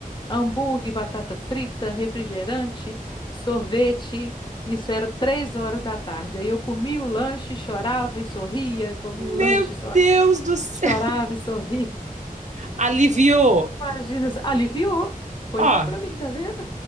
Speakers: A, on the left (about 30°); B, on the right (about 55°).
A: hambúrguer, batata frita, refrigerante, sorvete. Isso era três horas da tarde. Aí eu comia o lanche, chorava e sorria, comia
B: meu
A: o lanche, só
B: Deus do céu!
A: chorava e sorria.
B: aliviou.
A: <laughs> Imagina, aliviou. Foi
B: Ó,
A: bom para mim, tá vendo?